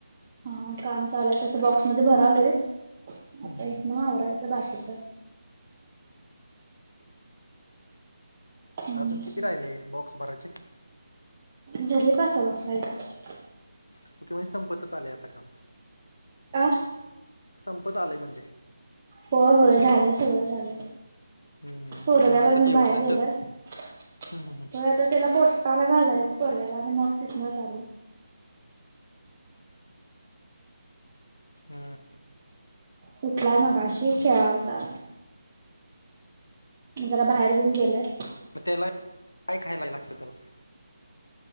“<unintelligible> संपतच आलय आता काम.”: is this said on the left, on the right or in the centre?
Left